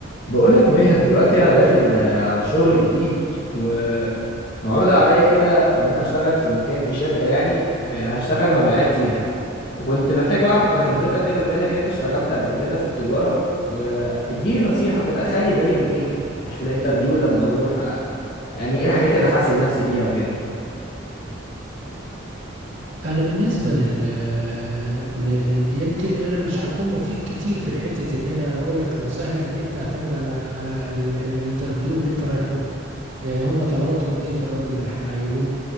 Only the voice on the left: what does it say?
بقول لك يا ماهر دلوقتي انا داخل آه، على شغل جديد ومعروض عليا كده ان انا اشتغل في مكان في شركة يعني آه، هشتغل مبيعات فيها وكنت محتاج بعرف بخبرتك كده بما انك انت اشتغلت قبل كده في التجارة واديني نصيحة كده اخلي بالي من ايه عشان في الانترفيو لما اروح آه، يعني ايه الحاجات اللي حاسس نفسي فيها وكده